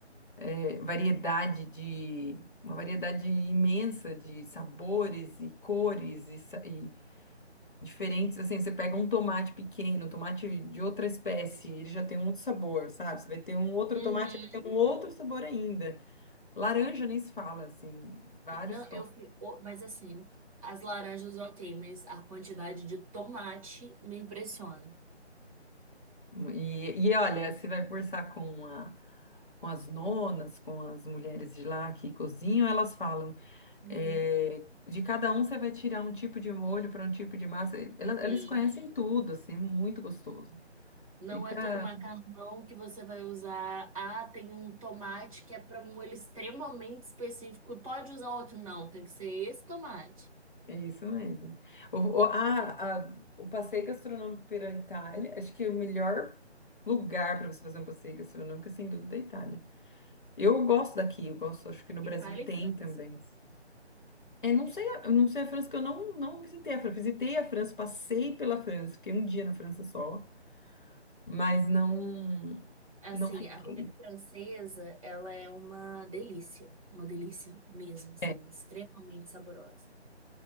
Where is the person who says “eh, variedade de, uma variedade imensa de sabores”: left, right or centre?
Left